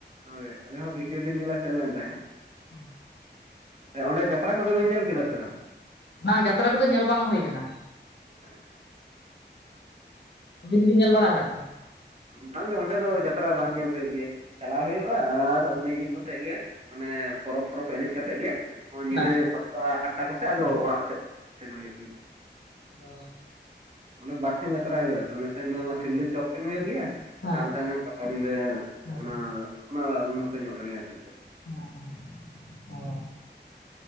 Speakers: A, on the right (about 35°); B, on the left (about 70°).
A: ᱦᱳᱭ ᱟᱞᱮ ᱦᱚ ᱫᱚᱤᱛᱤᱭ ᱫᱤᱱ ᱜᱮᱞᱟ ᱥᱮᱱ ᱞᱮᱱ ᱛᱟᱦᱮᱸ᱾
B: ᱦᱮᱸ᱾
A: ᱛᱟᱦᱞᱮ ᱚᱸᱰᱮ ᱡᱟᱛᱨᱟ ᱠᱚᱫᱚ ᱵᱤᱱ ᱧᱮᱞ ᱠᱮᱫᱟ ᱥᱮ ᱵᱟᱝ?
B: ᱵᱟᱝ ᱡᱟᱛᱨᱟ ᱠᱚᱫᱚ ᱧᱮᱞ ᱵᱟᱝ ᱦᱩᱭ ᱠᱟᱱᱟ᱾
A: ᱟᱪᱷᱟ᱾
B: ᱩᱸ ᱟᱠᱤᱱ ᱫᱚ ᱵᱮᱱ ᱧᱮᱞ ᱵᱟᱲᱟ ᱠᱟᱫ ᱠᱤᱱᱟ?
A: ᱵᱟᱝᱜᱮ ᱚᱸᱰᱮ ᱫᱚ ᱡᱟᱛᱨᱟ ᱵᱟᱝ ᱧᱮᱞ ᱦᱩᱭᱩᱜ ᱜᱮᱭᱟ ᱪᱟᱞᱟᱣ ᱦᱩᱭᱩᱜᱼᱟ ᱟᱨ ᱚᱱᱮ ᱤᱭᱟᱹ ᱠᱟᱛᱮ ᱜᱮ, ᱢᱟᱱᱮ ᱯᱚᱨᱚᱵᱽ ᱴᱚᱨᱚᱵ ᱮᱱᱮᱡ ᱠᱟᱛᱮᱜ ᱜᱮ, ᱚ ᱧᱤᱫᱟᱹ
B: ᱦᱮᱸ
A: ᱥᱟᱛᱴᱟ ᱟᱴᱟ ᱠᱚᱥᱮᱫ ᱟᱫᱚ ᱚᱲᱟᱜ ᱥᱮᱫ ᱥᱮᱱ ᱦᱩᱭᱩᱜ ᱜᱮᱭᱟ᱾
B: ᱚ᱾
A: ᱚᱸᱰᱮ ᱵᱟᱨ ᱴᱷᱮᱱ ᱡᱟᱛᱨᱟ ᱦᱩᱭᱩᱜᱼᱟ ᱛᱚ ᱢᱤᱫᱴᱷᱮᱱ ᱫᱚ ᱚᱱᱟ ᱥᱤᱞᱫᱟᱹ ᱪᱚᱠ ᱴᱷᱮᱱ ᱦᱩᱭᱩᱜ ᱜᱮᱭᱟ
B: ᱦᱮᱸ
A: ᱟᱨ ᱢᱤᱫᱴᱮᱱ ᱫᱚ ᱯᱟᱛᱟᱵᱤᱸᱫᱟᱹ
B: ᱦᱮᱸ
A: ᱚᱱᱟ ᱚᱱᱟ ᱱᱚᱛᱮ ᱧᱚᱜ ᱨᱮᱜᱮ ᱟᱨᱠᱤ᱾
B: ᱦᱮᱸ ᱦᱮᱸ ᱦᱚᱸ᱾